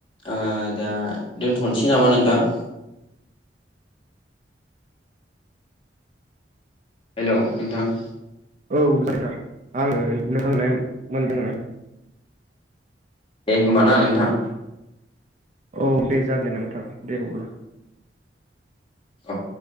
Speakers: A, on the left; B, on the right.
A: ओ दा दोनथ'नोसै नामा नोंथां। हेलौ नोंथां।
B: औ नोंथां आङो नोथांनो <unintelligible>
A: दे होमबा ना नोंथां।
B: औ दे जागोन नोंथां दे अब्ला
A: औ